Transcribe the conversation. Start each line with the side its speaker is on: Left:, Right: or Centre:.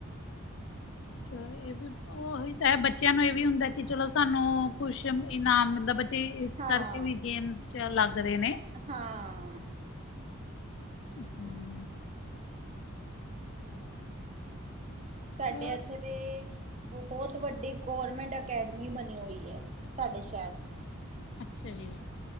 Left: ਇਹ ਵੀ ਉਹੀ ਤਾਂ ਹੈ। ਬੱਚਿਆਂ ਨੂੰ ਇਹ ਵੀ ਹੁੰਦਾ ਕਿ ਚਲੋ, ਸਾਨੂੰ ਕੁਛ ਇਨਾਮ ਮਿਲਦਾ ਬੱ ਚੇ ਇਸ
Right: ਹਾਂ
Left: ਕਰਕੇ ਵੀ ਗੇਮਸ ਚ, ਲੱਗ ਰਹੇ ਨੇ।
Right: ਹਾਂ। ਉਹੀ
Left: ਹਮ
Right: ਹਮ, ਤੁਹਾਡੇ
Left: ਚਲੋ
Right: ਇੱਥੇ ਤੇ ਬਹੁਤ ਵੱਡੀ ਗੌਰਮੈਂਟ ਅਕੈਡਮੀ ਬਣੀ ਹੋਈ ਐ। ਸਾਡੇ ਸ਼ਹਿਰ ਚ
Left: ਅੱਛਾ ਜੀ।